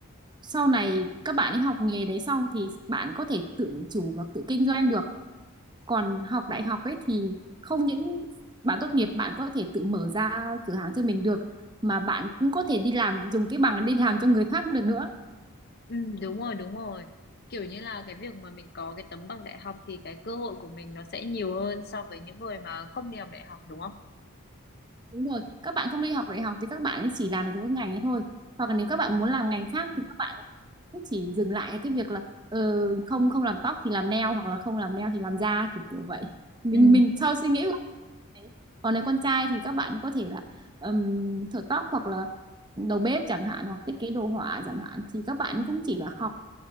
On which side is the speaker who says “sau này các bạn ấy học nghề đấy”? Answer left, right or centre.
Right